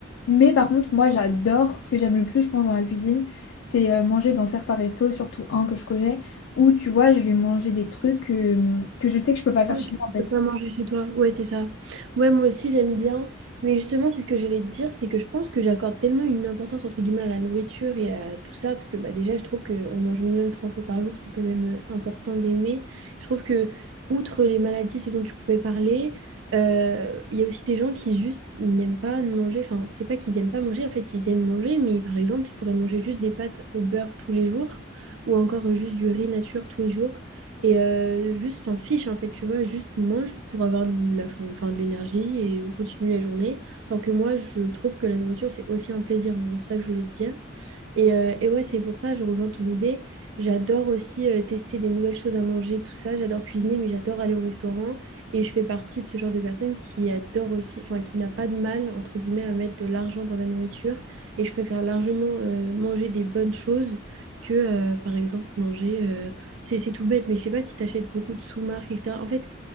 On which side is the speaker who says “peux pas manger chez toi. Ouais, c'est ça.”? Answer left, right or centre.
Right